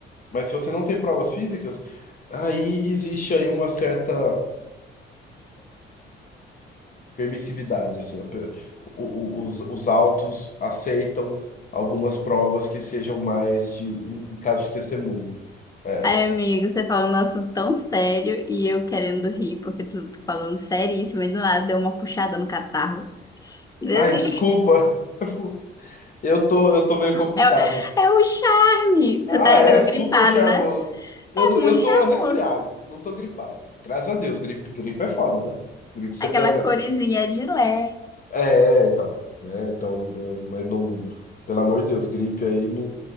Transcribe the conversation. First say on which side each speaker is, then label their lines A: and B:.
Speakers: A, on the left; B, on the left.
A: Mas se você não tem provas físicas, aí existe aí uma certa. permissividade, assim, a pe- o- o- os, os autos aceitam algumas provas que sejam mais de, em em caso de testemunho. É.
B: Ai, amigo, você falou um assunto tão sério e eu querendo rir, porque tu, tu falando seríssimo e do nada deu uma puxada no catarro. <laughs>
A: Ai, desculpa, <laughs> eu tô, eu tô meio complicado.
B: É, o- é o charme.
A: Ah,
B: Você tá
A: é,
B: ainda
A: super
B: gripado,
A: charmoso.
B: né?
A: Eu,
B: É
A: não-
B: muito
A: eu tô
B: charmoso.
A: resfriado, não tô gripado. Graças a Deus, gripe, gripe é foda, né? Gripe você
B: Aquela
A: pega.
B: corizinha de lé.
A: É, é, então. É, então, é, mas não. Pelo amor de Deus, gripe aí me.